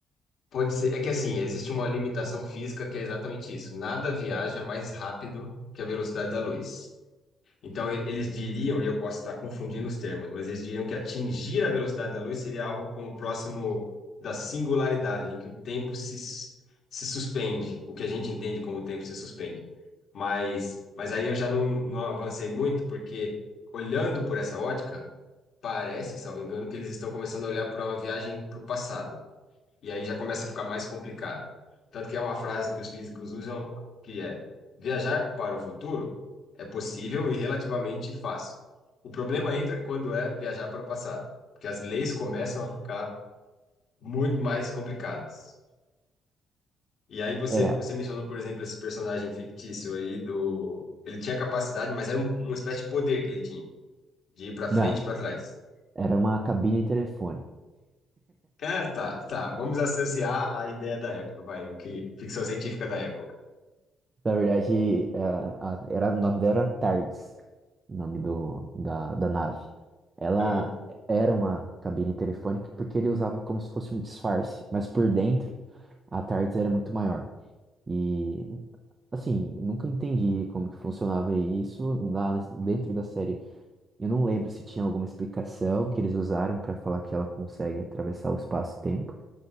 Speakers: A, on the left; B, on the right.
A: pode ser, é que assim, existe uma limitação física que é exatamente isso. Nada viaja mais rápido que a velocidade da luz. Então, e- eles diriam, e eu posso estar confundindo os termos, mas eles diriam que atingir a velocidade da luz seria algo como próximo da singularidade, em que o tempo se, s- se suspende, o que a gente entende como o tempo se suspende. Mas, mas aí eu já não, não avancei muito, porque olhando por essa ótica, parece, salvo engano, que eles estão começando a olhar para uma viagem para o passado. E aí já começa a ficar mais complicado. Tanto que é uma frase que os físicos usam, que é: viajar para o futuro é possível e relativamente fácil. O problema entra quando é viajar para o passado, porque as leis começam a ficar muito mais complicadas. E aí você,
B: É,
A: você mencionou, por exemplo, esse personagem fictício aí do. Ele tinha capacidade, mas era um, uma espécie de poder que ele tinha, de ir para frente
B: não,
A: e para trás.
B: era uma cabine telefone.
A: É, tá, tá. Vamos associar a ideia da época, vai, o que ficção científica da época.
B: Na verdade, é, a- era, o nome dela era TARDIS, o nome do, da, da nave. Ela
A: Hum.
B: era uma cabine telefônica porque ele usava como se fosse um disfarce, mas por dentro a TARDIS era muito maior. E Assim, nunca entendi como que funcionava isso lá nes- dentro da série. Eu não lembro se tinha alguma explicação que eles usaram para falar que ela consegue atravessar o espaço e tempo,